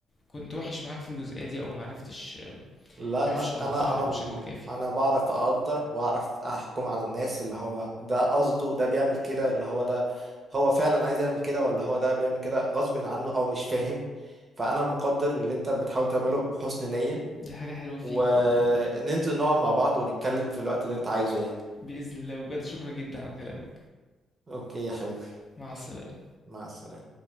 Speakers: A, on the left; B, on the right.
A: كنت وحش معاك في الجزئيه دي او معرفتش
B: لا
A: معرفش
B: لا
A: اوضح
B: انا انا
A: لك
B: م-
A: بشكل كافي
B: انا بعرف اقدر واعرف احكم على الناس اللي هو ده قصده ده بيعمل كده اللي هو ده هو فعلا عايز يعمل كده ولا هو ده بيعمل كده غصب عنه او مش فاهم فانا مقدر اللي انت بتحاول تعمله بحسن نية
A: دي حاجه حلوه فيك
B: وننزل
A: والله
B: نقعد مع بعض ونتكلم في الوقت اللي انت عايزه يعني
A: باذن الله وبجد شكرا جدا على كلامك
B: اوكي يا حبيبي
A: مع السلامه
B: مع السلامة